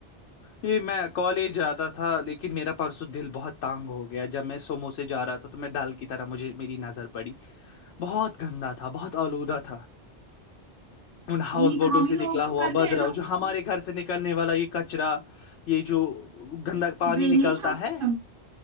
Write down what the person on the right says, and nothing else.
ہم
ہی
ہم
ہی لوگ
تو
کر
دے ہیں
نا اس
کو
ڈرینیج
کا سسٹم